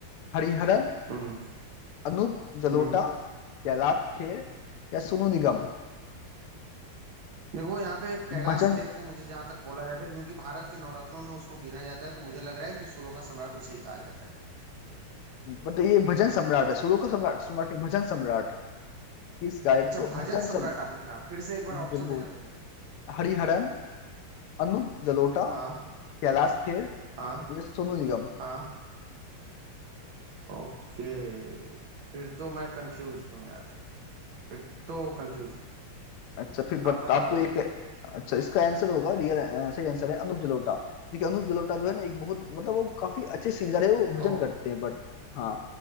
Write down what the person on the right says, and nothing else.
हम्म
हम्म
देखो यहाँ पे कैलाश
खेर को मुझे जहां तक बोला जाता है क्योंकि भारत के नवरत्नों में उसको गिना जाता है तो मुझे लग रहा है कि सुरों का सम्राट उसे ही कहा जाता है
अच्छा
भजन
सम्राट
आपने कहा फिर से एक बार ऑप्शन
देना फिर
हाँ
हाँ
हाँ ओके फिर तो मैं कंफ्यूज हूँ यार फिर तो कंफ्यूज हूँ
आप बता
दो
मेरे को
ओके